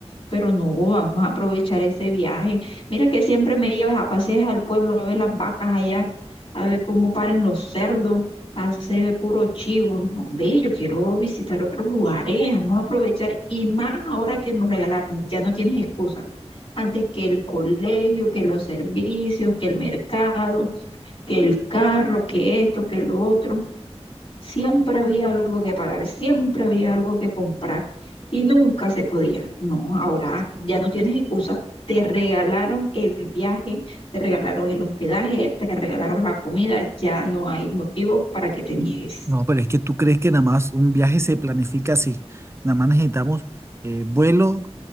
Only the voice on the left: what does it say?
pero no, vamos a aprovechar ese viaje. Mira que siempre me llevas a pasear al pueblo a ver las vacas allá, a ver cómo paren los cerdos, hace puro chivo. No, ve, yo quiero visitar otros lugares, vamos a aprovechar y más ahora que nos regalaron, ya no tienes excusa. Antes que el colegio, que los servicios, que el mercado, que el carro, que esto, que lo otro. Siempre había algo que pagar, siempre había algo que comprar y nunca se podía. No, ahora ya no tienes excusa. Te regalaron el viaje, te regalaron el hospedaje, te regalaron la comida, ya no hay motivo para que te niegues.